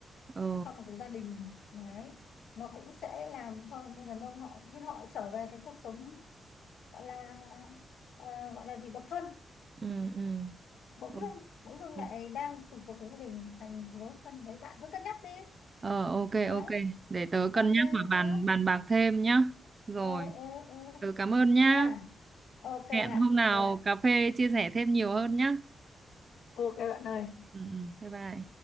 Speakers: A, on the right; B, on the left.
A: ờ
B: trong một cái gia đình đấy nó cũng sẽ làm cho người đàn ông họ tự nhiên họ trở về cái cuộc sống gọi là ờ, gọi là gì độc thân
A: ừ ừ
B: bỗng
A: Ô-
B: dưng bỗng dưng
A: ok
B: lại đang từ cuộc sống gia đình thành cuộc sống độc thân đấy bạn cứ cân nhắc đi
A: ờ ok
B: đấy
A: ok để tớ
B: ok
A: cân nhắc và bàn
B: nhá
A: bàn bạc thêm nhá rồi
B: ừ ừ ừ
A: tớ cảm ơn nhá
B: nha ok
A: hẹn
B: bạn
A: hôm nào
B: ok bạn
A: cà phê chia sẻ thêm nhiều hơn nhá
B: Ok bạn ơi,
A: ừ ừ bye bye